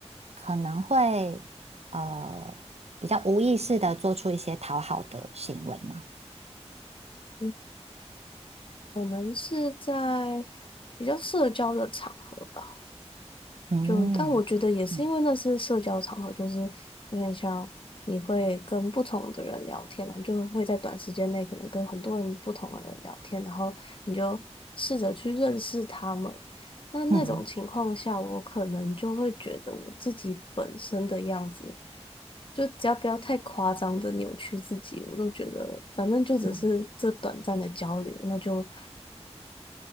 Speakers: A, on the right; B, on the left.
A: 可能会呃比较无意识的做出一些讨好的行为嘛？
B: 嗯，可能是在比较社交的场合吧。
A: 嗯嗯
B: 就，但我觉得也是因为那是社交场合，就是有点像你会跟不同的人聊天嘛，你就会在短时间内可能跟很多人不同的人聊天，然后你就试着去认识他们。那那种情况下，
A: 嗯
B: 我可能就会觉得我自己本身的样子，就只要不要太夸张的扭曲自己，我都觉得反正就只是这短暂的交流，
A: 嗯
B: 那就